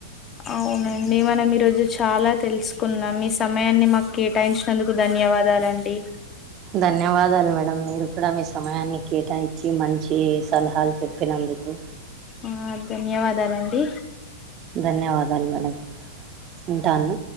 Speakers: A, on the left; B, on the right.
A: అవునండి మనం ఈ రోజు చాలా తెలుసుకున్నాం మీ సమయాన్ని మాకు కేటాయించినందుకు ధన్యవాదాలండి
B: ధన్యవాదాలు మేడం మీరు కూడా మీ సమయాన్ని కేటాయించి మంచి సలహాలు చెప్పినదు కు
A: ఆ ధన్యవాదాలండి
B: ధన్యవాదాలు మేడం ఉంటాను